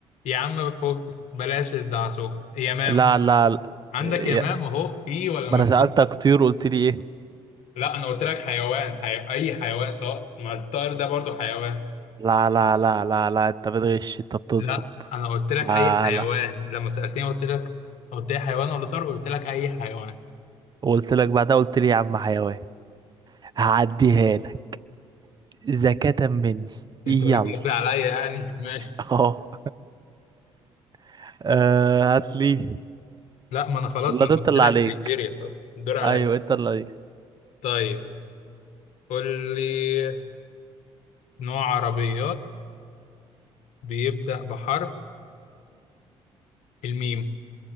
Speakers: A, on the left; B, on the right.
A: يا عم فوق بلاش الدعسوكه يمام
B: لا لا, لا.
A: عندك
B: يا-
A: يمام اهو في ولا
B: ما
A: ما
B: انا سألتك طيور قلت لي ايه
A: لا انا قلت لك حيوان حي... اي حيوان سواء ما الطائر ده برضو حيوان
B: لا لا لا لا لا انت بتغش انت بتنصب
A: لا انا قلت لك
B: لا
A: اي حيوان
B: لا
A: لما سألتني قلت لك قلت لي حيوان ولا طائر قلت لك اي حيوان
B: وقلت لك بعدها قلت لي يا عم حيوان هعديها لك زكاة مني
A: انت
B: يلا
A: بتجيب عليا يعني <laughs> ماشي
B: اهو <laughs> آه، هات لي
A: لا ما انا خلاص
B: ولا
A: ما
B: ده
A: انا قلت
B: انت اللي
A: لك
B: عليك
A: نيجيريا خلاص، الدور عليا
B: ايوه انت اللي عليك
A: طيب قول لي نوع عربيات بيبدأ بحرف الميم